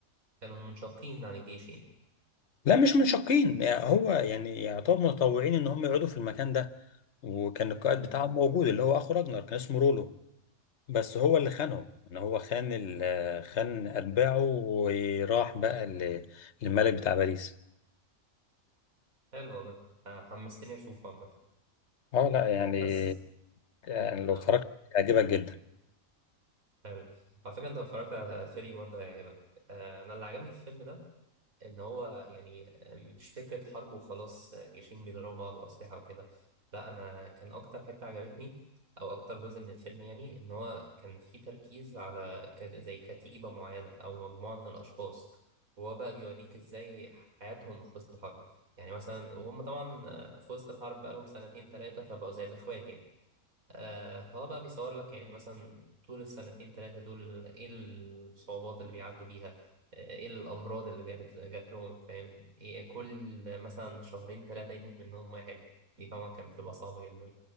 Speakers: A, on the right; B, on the left.
A: كانوا منشقين عن الجيش يعني
B: لا مش منشقين يعني هو يعني يعتبر متطوعين ان هم يقعدوا في المكان ده وكان القائد
A: أمم.
B: بتاعهم موجود اللي هو اخو راجنر كان اسمه رولو بس هو اللي خانهم ان هو خان ال- خان اتباعه وراح بقى ل- للملك بتاع باريس
A: حلو والله آه، حمستني اشوفه عامة
B: اه لا يعني
A: بس
B: يعني لو
A: اقول
B: اتفرجت هيعجبك جدا
A: حلو على فكرة انت لو اتفرجت على فيري برضه هيعجبك آه، انا اللي عجبني في الفيلم ده ان هو يعني مش فكره حرب وخلاص آه، جيشين بيضربوا بعض واسلحه وكده لا انا كان اكتر حته عجبتني او اكتر جزء من الفيلم يعني ان هو كان فيه تركيز على ك- زي كتيبه معينه او مجموعه من الاشخاص وهو بقى بيوريك ازاي حياتهم في وسط الحرب يعني مثلا وهم طبعا آه، في وسط الحرب بقالهم سنتين ثلاثه فبقوا زي الاخوات يعني آه فهو بقى بيصور لك يعني مثلا طول السنتين ثلاثة دول ايه الصعوبات اللي بيعدوا بيها آه، ايه الأمراض اللي جالت جات لهم فاهم إيه كل مثلا شهرين ثلاثة يموت منهم واحد دي طبعا كانت بتبقى صعبة جدا